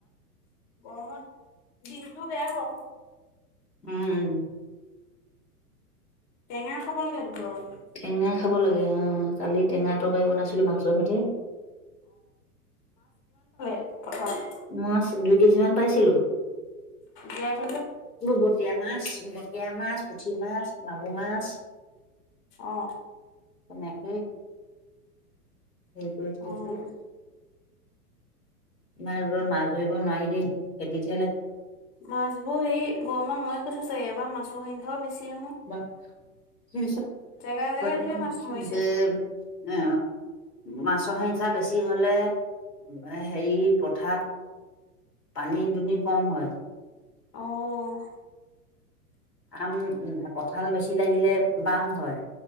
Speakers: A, on the left; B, on the left.
A: গৰমত দিনটো বেয়া বাউ
B: উম
A: টেঙা খাব লাগে গৰম
B: টেঙা খাব লাগে অ কালি টেঙা তৰকাৰী বনাইছিলো মাছৰ সৈতে
A: পথাত
B: মাছ দুই কেজি মান পাইছিলো
A: গেপ
B: বটীয়া মাছ বটীয়া মাছ পুঠি মাছ মাগো মাছ
A: অ
B: তেনেকেই সেই কৰি থৈ
A: অ'।
B: যে ইমান ৰদত মাছ ধৰিব নোৱাৰি দেই খেতিত
A: মাছ বোৰ এই গৰমত মৰি গৈছে চাগে এবাৰ মাছৰ সংখাওঁ বেছি হয়
B: বেও
A: জেগাই জেগাই ঢেৰ
B: <unintelligible>
A: মাছ মৰিছে।
B: এ মাছৰ হৈখিয়াহ বেছি হলে <unintelligible> হেৰি পথাত পানী দুনি কম হয়
A: অহ
B: আম কঠাল বেছি লাগিলে বাম হয়